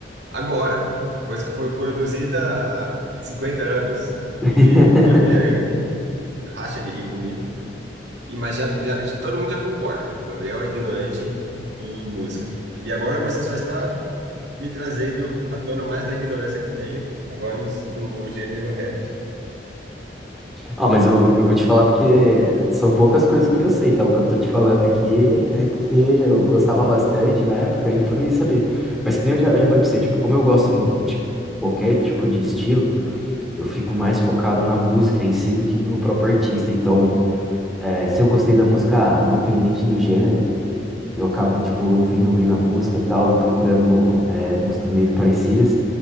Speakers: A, on the right; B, in the centre.
A: agora, coisa que foi produzida há 50 anos.
B: <laughs>
A: E minha mulher racha de rir comigo. E, mas já, já- todo mundo já concorda. O Gabriel é ignorante em música. E agora você só está me trazendo à tona mais da ignorância que eu tenho, agora no, no gênero rap.
B: Ó, mas eu, eu vou te falar porque são poucas coisas que eu sei, tá? O que eu tô te falando aqui é porque eu gostava bastante na época e foi saber. Mas que nem eu já, já falei pra você, tipo, como eu gosto de qualquer tipo de estilo, eu fico mais focado na música em si do que no próprio artista. Então, é, se eu gostei da música, ah, independente do gênero, Eu acabo, tipo, ouvindo, ouvindo a música e tal, e procurando é, músicas meio parecidas.